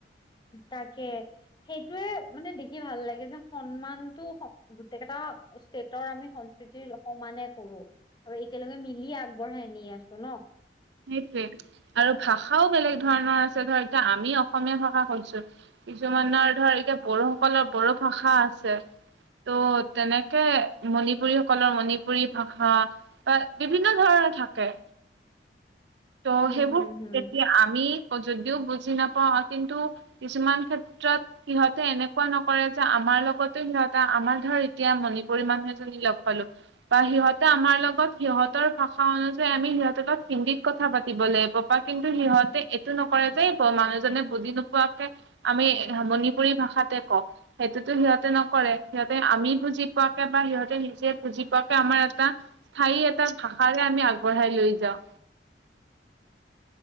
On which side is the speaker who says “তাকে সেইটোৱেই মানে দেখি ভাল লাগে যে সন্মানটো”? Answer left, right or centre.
Left